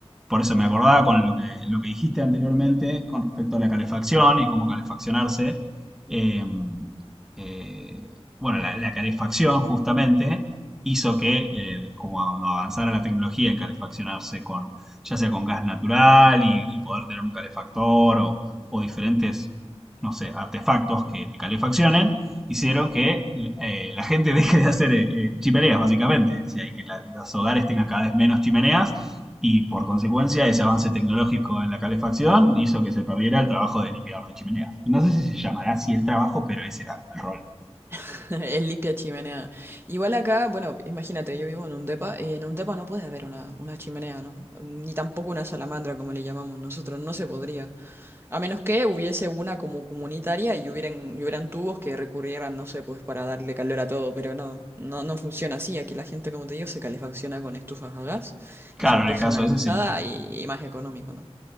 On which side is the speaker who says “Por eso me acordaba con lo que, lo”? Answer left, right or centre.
Centre